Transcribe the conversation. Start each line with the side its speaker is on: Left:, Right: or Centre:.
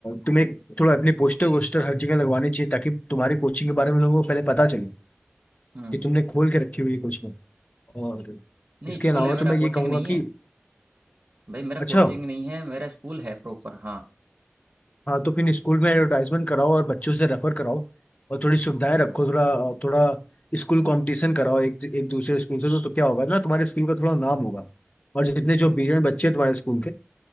Left: तुम्हें थोड़ा अपने पोस्टर वोस्टर हर जगह लगवाने चाहिए ताकि तुम्हारी कोचिंग के बारे में लोगों को पहले पता चले
Right: हम्म।
Left: कि तुमने खोल के रखी हुई है कोचिंग और
Right: नहीं
Left: इसके
Right: स्कूल
Left: अलावा
Right: है मेरा
Left: तो मैं ये
Right: कोचिंग
Left: कहूँगा
Right: नहीं
Left: कि
Right: है भाई मेरा
Left: अच्छा
Right: कोचिंग नहीं है मेरा स्कूल है प्रॉपर हाँ
Left: हाँ तो फिर स्कूल में एडवर्टाइजमेंट कराओ और बच्चों से रेफर कराओ और थोड़ी सुविधाएं रखो थोड़ा थोड़ा स्कूल कंपटीशन कराओ एक एक दूसरे स्कूल से तो, तो क्या होगा ना तुम्हारे स्कूल का थोड़ा नाम होगा और जितने जो ब्रिलियंट बच्चे हैं तुम्हारे स्कूल के